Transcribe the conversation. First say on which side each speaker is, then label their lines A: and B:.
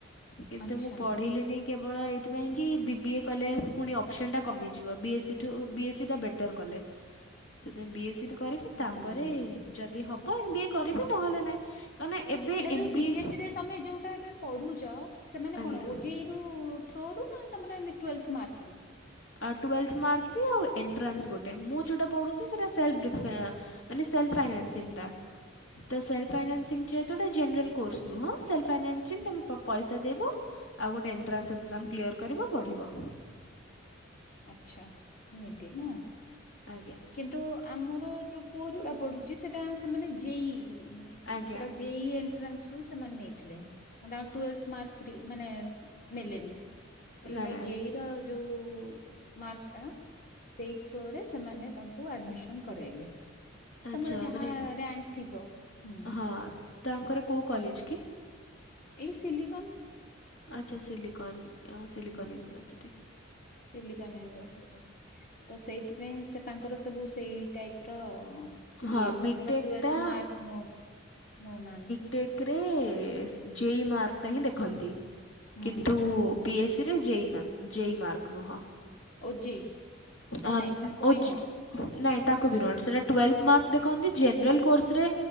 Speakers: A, on the left (about 70°); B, on the left (about 45°).
A: କିନ୍ତୁ
B: ଆଚ୍ଛା।
A: ମୁଁ ପଢିଲିନି କେବଳ ଏଇଥିପାଇଁ କି ବି ବିଏ କଲେ ପୁଣି ଅପସନ୍ଟା କମିଯିବ। ବି ଏ ସି ଠୁ ବି ଏ ସି ଟା ବେଟ ଟର୍ କଲେ। ତେବେ ବି ଏ ସି ଟା କରିବି,
B: ହୁଁ।
A: ତାପରେ ଯଦି ହବ ଏମ୍ ବି ଏ କରିବି ନହେଲେ ନାହିଁ କାରଣ ଏବେ
B: ଏଇଟା
A: ଏମ୍
B: ଯୋ ବି
A: ଏ
B: ଜେ ପିରେ ତମେ ଯୋଉଟା ଏବେ ପଢୁଛ, ସେ ମାନେ
A: ଆଜ୍ଞା
B: କଣ ଓ ଜେ ଇ ଯୋଉ ଥ୍ରୋରୁ ନା ତମର ଟୁଏଲ୍ଥ ମାର୍କରୁ?
A: ଆଉ ଟୁଏଲ୍ଥ ମାର୍କ ବି, ଆଉ ଏଣ୍ଟ୍ରାନ୍ସ ଗୋଟେ ମୁଁ ଯୋଉଟା ପଢ଼ୁଛି ସେଇଟା ସେଲ୍ଫେ ମାନେ ସେଲ୍ଫ ଫାଇନାସୀଙ୍ଗ ଟା, ସେଲ୍ଫ ଫାଇଂନାସିଙ୍ଗ
B: ଆଚ୍ଛା,
A: ଯେହେତୁ ଜେନେରାଲ କୋର୍ସ୍ ନୁହଁ, ସେଲ୍ଫ ଫାଇଂନାସିଂ ତମେ ପଇସା ଦବ ଆଉ ଗୋଟେ ଏଣ୍ଟ୍ରାନ୍ସ ଏକଜାମ୍ କ୍ଲିୟର କରିବ ପଢିବ।
B: ଆଚ୍ଛା ଏମିତି ନା।
A: ଆଜ୍ଞା
B: କିନ୍ତୁ ଆମର ଯୋଉ ପୁଅ ଯୋଉଟା ପଢ଼ୁଚି, ସେଟା ସେମାନେ ଯେ ଇ
A: ଆଜ୍ଞା
B: ସେଟା ଯେ ଇ ଏଟ୍ରାନ୍ସରୁ ସେମାନେ ନେଇଥିଲେ। ମାନେ ତାଙ୍କ ଟୁଏଲ୍ଥ ମାର୍କ ରି ମାନେ ନେଲେନି। କହିଲେ
A: ନା
B: ନାଇଁ
A: ନା
B: ଜେଇର ଯୋଉ ମାର୍କ ଟା ସେଇ ଥ୍ରୋରେ ସେମାନେ ତାଙ୍କୁ ଆଡମିସନ କରାଇଲେ।
A: ଆଚ୍ଛା
B: ତମର ଯାହା
A: ମାନେ
B: ରାଙ୍କ ଥିବ ହୁଁ।
A: ହଁ ତାଙ୍କର କୋଉଁ କଲେଜ କି?
B: ଏଇ ସିଲିକନ।
A: ଆଚ୍ଛା ସିଲିକନ୍ ସିଲିକନ୍
B: ହୁଁ
A: ଇନଭର୍ଶିଟି।
B: ସିଲିକନ ୟୁନିଭରସିଟି ତ ସେଇଥିପାଇଁ ସେ ତାଙ୍କର ସବୁ ସେଇ ଟାଇପ ର
A: ହଁ
B: ଇଏ
A: ବିଟେକ୍ଟା
B: ତାଙ୍କର ଟୁଲଥ ମାର୍କ ନଉ ନଉ ନାହାନ୍ତି।
A: ଟେକେ ଜେଇ ମାର୍କଟା ହିଁ ଦେଖନ୍ତି।
B: ହୁଁ
A: କିନ୍ତୁ
B: ହୁଁ
A: ବି ଏସ୍ ସି ରେ ଜେଇ ଜେଇ ମାର୍କ ନୁହଁ।
B: ଓଜେଇ। ନା
A: ଆ
B: ନାଇଁ ତାକୁ
A: ଓଜି,
B: ବି ନୁହଁ
A: ନାଇଁ ତାକୁ ବି ନୁହେଁ ସେଇଟା ଟୁଏଲ୍ ମାର୍କ ଦେଖନ୍ତି ଜେନେରାଲ କୋର୍ସରେ